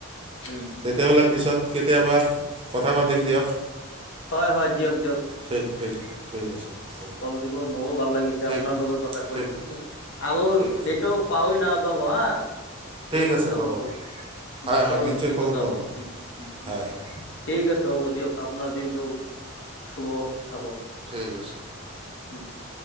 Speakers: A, on the left; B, on the right.
A: হুম
B: তেতিয়াহ'লে পিছত কেতিয়াবা কথা পাতিম দিয়ক।
A: হয় হয় দিয়ক দিয়ক।
B: ঠিক ঠিক। ঠিক আছে হ'ব।
A: ফল দিব মোৰো ভাল লাগিছে
B: ঠিক
A: আপোনাৰ লগৰ কথা কৈ
B: ঠিক
A: হিহি আৰু
B: ঠিক আছে
A: সেইটো পাহৰি নাযাব হা।
B: ঠিক
A: এইটো
B: আছে হ'ব
A: ব
B: হয়
A: ডক্টৰ
B: হয় নিশ্চয়
A: যিটো
B: খবৰ
A: যাম
B: পাব
A: উম উম।
B: হয় হয়
A: ঠিক আছে হ'ব দিয়ক আপোনাৰ দিনটো শুভ থাকক।
B: ঠিক আছে।
A: <unintelligible>